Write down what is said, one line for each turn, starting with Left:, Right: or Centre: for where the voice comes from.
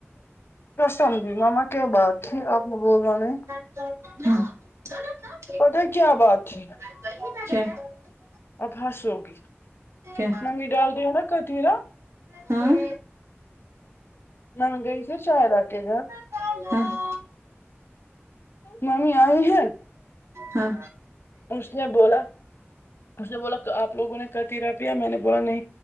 Left: پسمدی ماما کیا بات ہے آپ بول رہانے
Right: <inaudible>
Left: پتا کیا بات تھی
Right: اچھا
Left: اب ہنسو گی
Right: کیا
Left: منگنی ڈال دی ہے نا کتیھییرا
Right: ہاں
Left: نا گئی س شاید آ کے گا
Right: <unintelligible>
Left: ممی آئی ہے
Right: ہاں
Left: اس نے بولا اس نے بولا آپ لوگوں نے کر تیرا پیا میں نے بولا نہیں